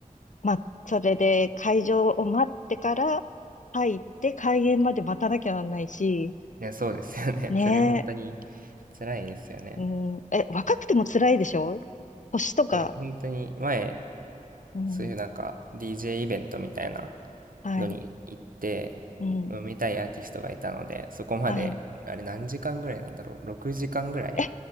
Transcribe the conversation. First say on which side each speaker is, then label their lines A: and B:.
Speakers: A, on the left; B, on the right.
A: まあ、それで会場を待ってから入って開演まで待たなきゃなんないし、
B: いや、そうですよね。
A: ねえ、
B: <laughs> それ本当に辛いですよね。
A: うん、え、若くても辛いでしょ星とか、
B: そう、本当に前、
A: うん、
B: そういうなんか DJ イベントみたいな
A: はい、
B: のに行って、
A: うん、
B: 見たいアーティストがいたので、そこまで、
A: はい。
B: あれ何時間ぐらいなんだろう、6時間ぐらい
A: え、